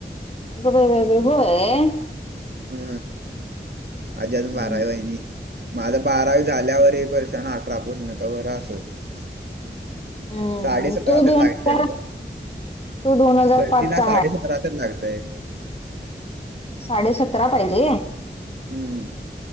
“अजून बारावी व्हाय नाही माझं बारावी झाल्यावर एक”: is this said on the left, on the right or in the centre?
Right